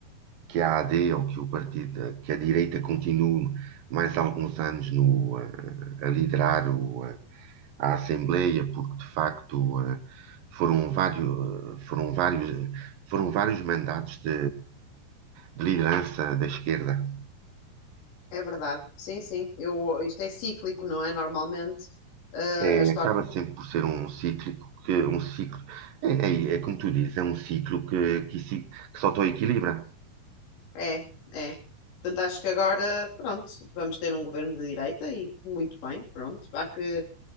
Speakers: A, on the right; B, on the left.
A: que a AD ou que o partido, que a direita continue mais alguns anos no, eh, a liderar o, à Assembleia, porque de facto eh, foram vários, foram vários, foram vários mandatos de, de liderança da esquerda.
B: É verdade, sim, sim. Eu, isto é cíclico, não é? Normalmente, eh,
A: É,
B: a história.
A: acaba sempre por ser um cíclico que um ciclo é, é- é como tu dizes, é um ciclo que, que, se- que se autoequilibra.
B: É, é. Portanto, acho que agora, pronto, vamos ter um governo de direita e muito bem, pronto. Há que,